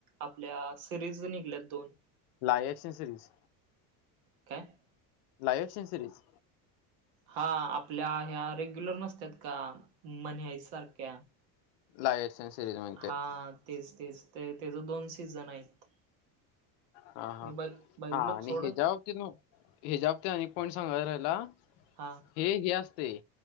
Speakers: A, on the right (about 85°); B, on the left (about 55°).
A: आपल्या सिरीज निघल्यात दोन.
B: ला एक्सेसरीज.
A: काय?
B: लाईव्ह <unintelligible>
A: हा आपल्या ह्या रेग्युलर नसतात का मन्याय सारख्या.
B: लाईटस सिरीज म्हणते.
A: हा तेच तेच तर त्याच दोन सीझन आहेत.
B: हा हा
A: मी बघ बघितलो
B: हा आणि
A: सोड
B: ह्याच्य बाबतीत ह्याच्या बाबतीत अनेक पॉईंट सांगायचा राहिला.
A: हा
B: हे हे असतय